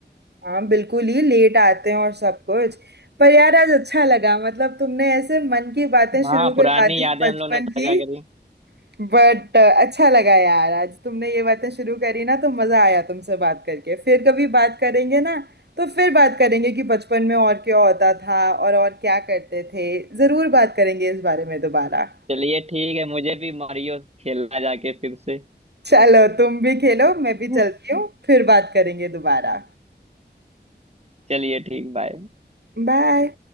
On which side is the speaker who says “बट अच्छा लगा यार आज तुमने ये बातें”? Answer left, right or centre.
Right